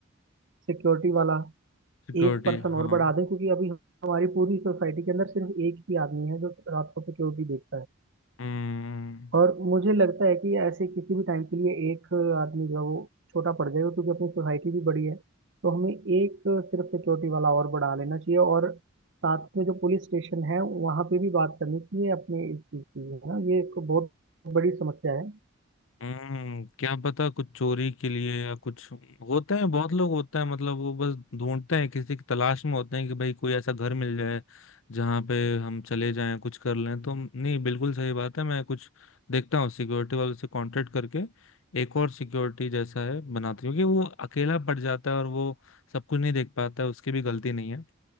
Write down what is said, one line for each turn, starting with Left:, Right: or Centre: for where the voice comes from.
Right: सिक्योरिटी वाला
Left: सिक्योरिटी
Right: एक पर्सन
Left: हाँ
Right: और बढ़ा दें क्योंकि अभी हमारी पूरी सोसाइटी के अंदर सिर्फ एक ही आदमी है जो रात को सिक्योरिटी देखता है
Left: हम्म
Right: और मुझे लगता है कि ऐसे किसी भी टाइम के लिए एक आदमी जो है वो छोटा पड़ जाएगा क्योंकि अपनी सोसाइटी भी बड़ी है तो हमें एक सिर्फ सिक्योरिटी वाला और बढ़ा लेना चाहिए और साथ में जो पुलिस स्टेशन है वहाँ पे भी बात करनी चाहिए अपने इस चीज़ की है ना ये एक बहुत बड़ी समस्या है
Left: हम्म क्या पता कुछ चोरी के लिए या कुछ होते हैं बहुत लोग होते हैं मतलब वो बस ढूंढते हैं किसी की तलाश में होते हैं कि भाई कोई ऐसा घर मिल जाए जहाँ पे हम चले जाएं कुछ कर लें तो नहीं बिल्कुल सही बात है मैं कुछ देखता हूँ सिक्योरिटी वालों से कांटेक्ट करके एक और सिक्योरिटी जैसा है बनाती हूँ क्योंकि वो अकेला पड़ जाता है और वो सब कुछ नहीं देख पाता है उसकी भी गलती नहीं है